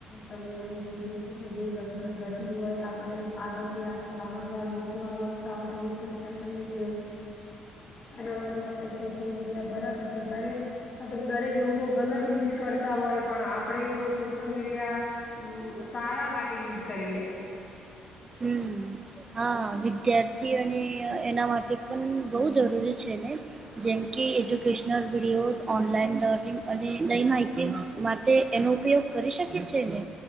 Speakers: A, on the left; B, on the right.
A: તમને હું કીધું છે કે જે ઘટના ઘટી હોય આપડે આગળ થી આગળ સમાચાર મૂકવા હોય તો આપડે મુકી શકીએીએ એના માટે આપણે સોશિયલ મીડિયા બરાબર દરેક મત દરેક લોકો ગલત યુઝ કરતા હોય પણ આપણેે જો સોશિયલ મીડિયા સારા માટે યુઝ કરીએ
B: હમ હા વિદ્યાર્થી અને એના માટે પણ બહુ જરૂરી છે ને
A: હા
B: જેમ
A: બીજા
B: કે એજ્યુકેશનલ
A: લોકો
B: વિડીયોઝ ઓનલાઈન લર્નિંગ અને નઈ માહિતી માટે એનો ઉપયોગ કરી શકે છે ને